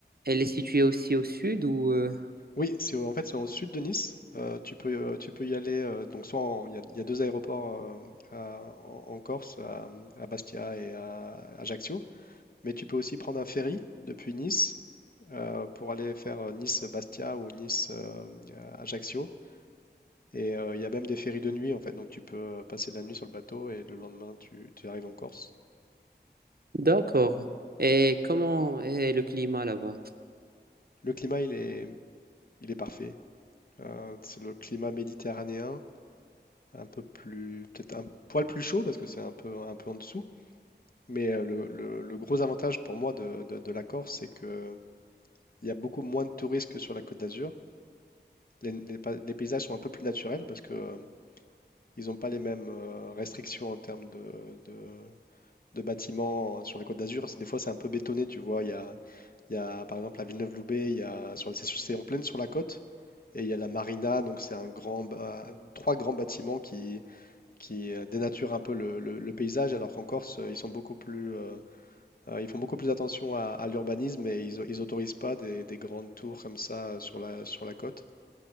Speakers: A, on the right; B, on the left.
A: Elle est située aussi au sud ou... euh,
B: Oui, c'est au- en fait c'est au sud de Nice. Euh, tu peux, euh, tu peux y aller. euh, donc soit en- il y a, il y a deux aéroports euh, à- en, en Corse, à, à Bastia et à Ajaccio. Mais tu peux aussi prendre un ferry depuis Nice euh, pour aller faire euh, Nice-Bastia ou Nice-Ajaccio. et euh, il y a même des ferries de nuit en fait. Donc tu peux passer la nuit sur le bateau et le lendemain tu, tu arrives en Corse.
A: D'accord. Et comment est le climat là-bas?
B: Le climat il est, il est parfait. Euh, c'est le climat méditerranéen, un peu plus, peut-être un poil plus chaud parce que c'est un peu, un peu en dessous. Mais euh, le, le- le gros avantage pour moi de, de- de la Corse, c'est que il y a beaucoup moins de touristes que sur la Côte d'Azur. Les, les pa- les paysages sont un peu plus naturels parce que euh, ils n'ont pas les mêmes euh, restrictions en termes de, de- de bâtiments sur la Côte d'Azur. c'est- Des fois, c'est un peu bétonné, tu vois. Il y a, il y a par exemple à Villeneuve-Loubet, il y a sur- c'est c'est en pleine sur la côte et il y a la marina, donc c'est un grand, ba- trois grands bâtiments qui qui euh, dénature un peu le, le- le paysage, alors qu'en Corse, euh, ils sont beaucoup plus, euh, euh, ils font beaucoup plus attention à, à l'urbanisme et ils, ils autorisent pas des, des grandes tours comme ça euh, sur la, sur la côte.